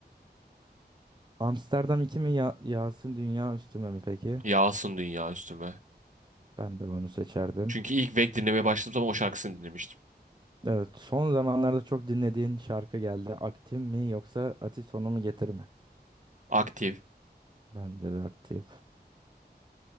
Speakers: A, on the right (about 25°); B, on the right (about 45°).
A: Amsterdam iki mi ya Yasin Dünya Üstüme mi peki?
B: Yağsın dünya üstüme.
A: Ben de bunu seçerdim.
B: Çünkü ilk Vek dinlemeye başladığım zaman o şarkısını dinlemiştim.
A: Evet, son zamanlarda çok dinlediğin şarkı geldi. Aktif mi yoksa Ati sonu mu getir mi?
B: Aktif.
A: Bence de aktif.